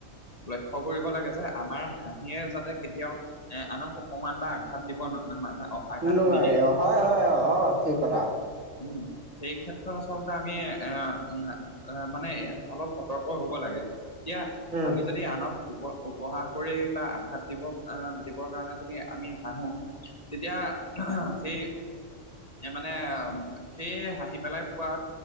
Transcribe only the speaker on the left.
লক্ষ্য কৰিব লাগে যে, আমাৰ হাঁহিয়ে যাতে কেতিয়াও এ, আনক অপমান বা আঘাত দিব <unintelligible> মানে, আঘাত
নিদিয়ে
উম! সেই ক্ষেত্ৰত, আচলতে আমি, এ, মানে, অলপ সতৰ্ক হ'ব লাগে। এতিয়া,
আমি যদি আনক উপ, উপহাস কৰি বা আঘাত দিব, আঁ দিবৰ কাৰণে, যদি আমি হাঁহো! তেতিয়া, সেই এ, মানে, সেই হাঁহি পেলাই পোৱা